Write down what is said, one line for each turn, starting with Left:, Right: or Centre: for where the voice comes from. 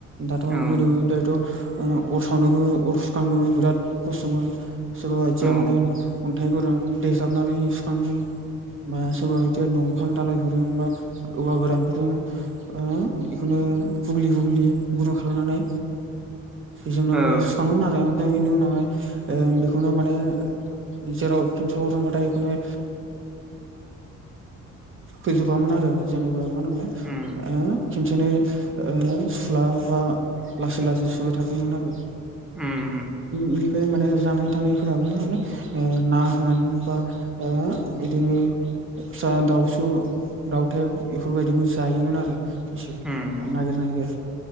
Right: दाथ'
Centre: औ
Right: गोदो गोदायथ' अर सावनोबो अर सुखांनोबो बिराद खस्थ'मोन सोरबा बायदिया
Centre: औ
Right: माने अन्थाइ गोरां देेजाबनानै सुखांनि बा सोरबा बिदि दंफां दालाइफोरजों बा औवा गोरानफोरजों उम बेखौनो हुग्लि हुग्लि गदुं खालामनानै बेजोंनोआव
Centre: औ
Right: आरो ओमफ्राय बिनि उनावहाय ओं बेखौनो माने जेराव खमसेयाव रोंबाथाय एखुनो फोजोबामोन आरो जेनेबा मा होनोमोनलाय
Centre: उम
Right: ओ खेबसोनो ओ सुला बा लासै लासै सुबाय थागौमोन आरो
Centre: उम
Right: निफ्राय माने जानाय थानायफोराबो माने ओ ना होन बा ओ बिदिनो फिसा दाउसु दाउथेब बेफोरबायदिखौ जायोमोन आरो इसे
Centre: उम
Right: नागिर नागिर